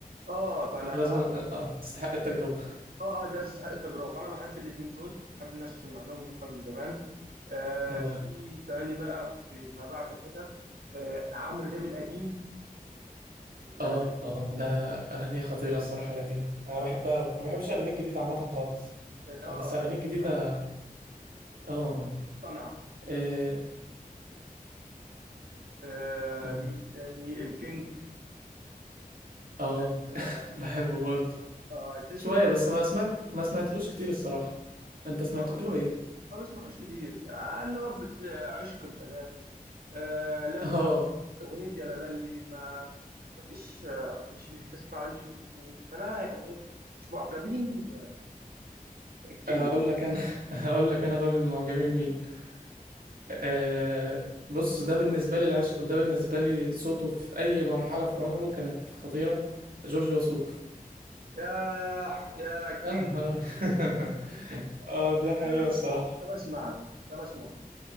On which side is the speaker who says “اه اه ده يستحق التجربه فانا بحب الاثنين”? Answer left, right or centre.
Right